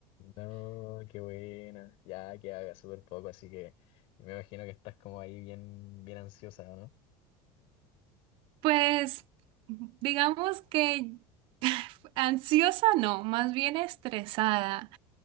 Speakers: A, on the left; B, on the right.
A: No, qué buena. Ya que haga súper poco, así que me imagino que estás como ahí bien, bien ansiosa, ¿o ¿no?
B: Pues, digamos que Ansiosa no, más bien estresada.